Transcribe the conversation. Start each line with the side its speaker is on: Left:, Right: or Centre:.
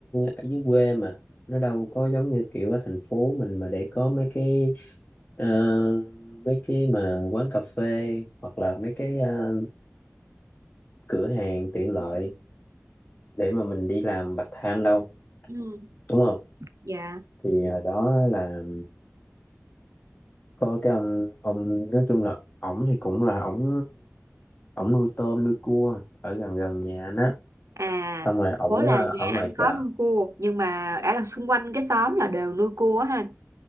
Left: ở dưới quê mà nó đâu có giống như kiểu ở thành phố mình mà để có mấy cái Ờ, mấy cái mà quán cà phê hoặc là mấy cái ờ, cửa hàng tiện lợi để mà mình đi làm part time đâu
Right: ừ,
Left: đúng không
Right: dạ.
Left: thì hồi đó là có cái ông ông nói chung là ổng thì cũng là ổng ổng nuôi tôm nuôi cua ở gần gần nhà anh á
Right: À,
Left: xong rồi ổng
Right: bố là
Left: ờ,
Right: nhà
Left: ở ngoài
Right: anh có
Left: chợ
Right: nuôi cua, nhưng mà ở là xung quanh cái xóm là đều nuôi cua á ha.